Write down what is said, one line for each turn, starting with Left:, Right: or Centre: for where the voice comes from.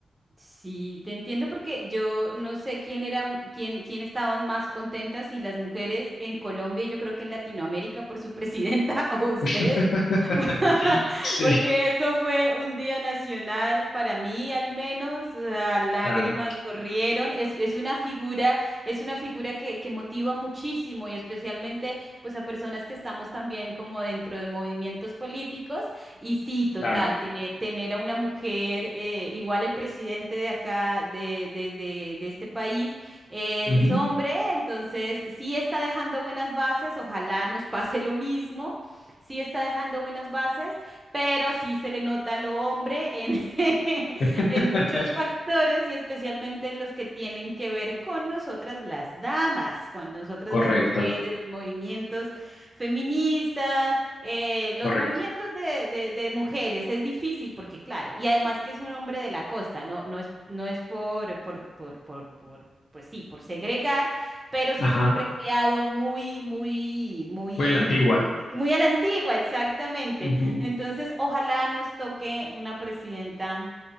Right: Sí, te entiendo porque yo no sé quién era, quién, quién estaban más contentas, si las mujeres en Colombia, y yo creo que en Latinoamérica por su presidenta <laughs> o ustedes,
Left: <laughs>
Right: <laughs>
Left: Sí,
Right: porque eso fue un día nacional para mí al menos, o sea, lágrimas
Left: claro,
Right: corrieron, es, es una figura, es una figura que, que motiva muchísimo y especialmente pues a personas que estamos también como dentro de movimientos políticos. Y sí, total,
Left: claro.
Right: tener, tener a una mujer, eh, igual el presidente de acá, de, de- de- de este país, es,
Left: Ujú.
Right: es hombre, entonces sí está dejando buenas bases, ojalá nos pase lo mismo, sí está dejando buenas bases, pero sí se le nota lo hombre en, <laughs>
Left: <laughs>
Right: en muchos factores y especialmente en los que tienen que ver con nosotras las damas, con nosotras
Left: Correcto,
Right: las mujeres, los movimientos feministas. Eh, los
Left: correcto.
Right: movimientos de, de- de mujeres es difícil porque, claro, y además que es un hombre de la costa, no, no es, no es por, por, por, por, por, pues sí, por segregar, pero sí
Left: Ajá.
Right: es un hombre criado muy, muy, muy,
Left: Voy a la antigua.
Right: con- muy a la antigua, exactamente.
Left: Ujú.
Right: Entonces, ojalá nos toque una presidenta